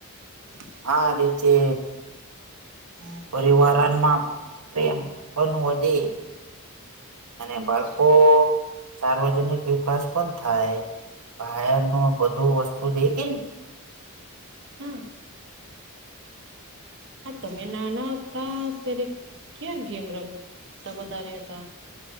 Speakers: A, on the right; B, on the right.
A: હ
B: આ રીચે
A: હા
B: પરિવારમાં પ્રેમ પણ વધે અને બાળકો સાર્વજનિક વિકાસ પણ થાય બહાર ન બધું વસ્તુ દેખ
A: હમ્મ. આ તમે નાના હતા ત્યારે ક્યાં? ગેમ રમ તા વધારે હતા.